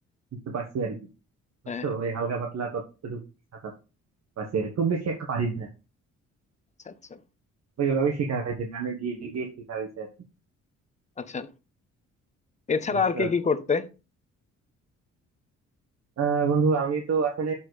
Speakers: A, on the right (about 60°); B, on the left (about 25°).
A: শিখতে পারছি আর কি বুঝছো
B: হ্যাঁ হ্যাঁ,
A: ওই হালকা পাতলা ততটুকু সাঁতার পারছি আর কি। খুব বেশি একটা পারি না
B: আচ্ছা আচ্ছা
A: ওইভাবে শেখা হয়েছে গ্রামে গিয়ে গিয়ে শেখা হয়েছে আর কি
B: আচ্ছা এছাড়া
A: বুঝছো
B: আর কি কি করতে
A: আহ বন্ধু আমি তো আসলে